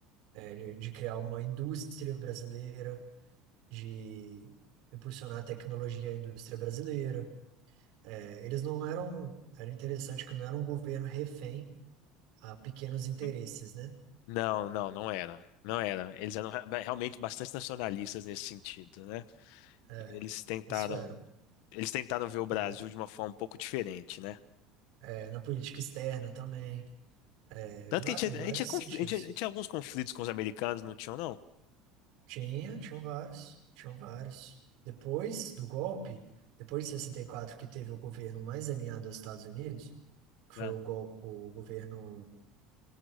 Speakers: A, on the right; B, on the left.
A: é, de, de criar uma indústria brasileira, de impulsionar a tecnologia e a indústria brasileira. É, eles não eram. Era interessante que não era um governo refém a pequenos interesses,
B: Hum.
A: né?
B: Não, não, não era. Não era. Eles eram re- realmente bastante nacionalistas nesse sentido, né?
A: É, é,
B: Eles tentaram,
A: isso eram.
B: eles tentaram ver o Brasil
A: é.
B: de uma forma um pouco diferente, né?
A: é, na política externa também, é,
B: Tanto
A: em va-
B: que a gente,
A: em vários
B: a gente, tinha conf-
A: sentidos.
B: a gente- a gente tinha alguns conflitos com os americanos, não tinham, não?
A: Tinha, tinham vários, tinham vários. Depois do golpe, depois de 64 que teve o governo mais alinhado aos Estados Unidos, que
B: Não.
A: foi o, gol, o governo